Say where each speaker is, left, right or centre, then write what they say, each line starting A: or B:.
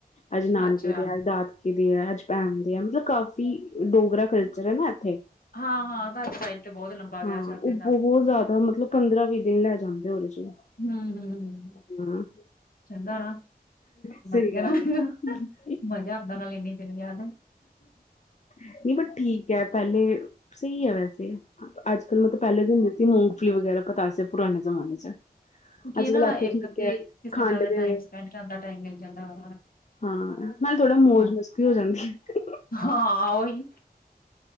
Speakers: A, on the left; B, on the left.
A: ਅੱਜ ਨਾਨਕੇ
B: ਅੱਛਾ
A: ਦੇ, ਅੱਜ ਦਾਤ ਕਿਹ ਦੇ ਆ ਜਪੈਨ ਦੇ ਆ। ਮਤਲਬ ਕਾਫੀ ਡੋਗਰਾ ਕਲਚਰ ਹੈ ਨਾ ਇੱਥੇ।
B: ਹਾਂ, ਹਾਂ ਤੁਹਾਡੀ ਸਾਈਡ ਤੇ ਬਹੁਤ ਲੰਬਾ
A: ਹਾਂ।
B: ਵਿਆਹ ਚੱਲਦੇ
A: ਉਹ
B: ਦੱਸ
A: ਬਹੁਤ ਜ਼ਿਆਦਾ ਮਤਲਬ ਪੰਦਰਾਂ -ਵੀਹ ਦਿਨ ਲੈ ਜਾਂਦੇ ਉਹਦੇ ਚ'।
B: ਹੂ- ਹੁ ਹ
A: ਹਾਂ
B: ਚੰਗਾ ਵਾ।
A: ਸਹੀ
B: ਵਧੀਆ
A: ਗੱਲ
B: ਨਾਲ।
A: ਹੈ
B: ਮਜ਼ਾ ਆਦਾ ਨਾਲ ਇੰਨੇ ਦਿਨ ਵਿਆਹ।
A: ਨਹੀਂ ਬਟ ਠੀਕ ਹੈ। ਪਹਿਲੇ ਸਹੀ ਹੈ ਵੈਸੇ। ਅੱਜ ਕੱਲ ਮਤਲਬ ਪਹਿਲੇ ਹੁੰਦੇ ਸੀ ਮੂੰਗਫਲੀ ਵਗੈਰਾ ਪਤਾ ਸੀ ਪੁਰਾਣੇ ਜਮਾਨੇ ਚ'।
B: ਉ ਕੀਿ
A: ਅੱਜ
B: ਨਾ
A: ਕੱਲ ਇੱਥੇ
B: ਇੱਕ
A: ਠੀਕ
B: ਤੇ
A: ਹੈ
B: ਕਿਸੇ
A: ਖੰਡ
B: ਨਾਲ
A: ਦੇ
B: ਟਾਈਮ ਸਪੈਂਡ ਕਰਨ ਦਾ ਟਾਈਮ ਮਿਲ ਜਾਂਦਾ।
A: ਹਾਂ। ਨਾਲ ਥੋੜਾ ਮੌਜ-
B: ਵਾ।
A: ਮਸਤੀ ਹੋ ਜਾਂਦੀ ਆ।
B: ਹਾਂ। ਉਓਹੀ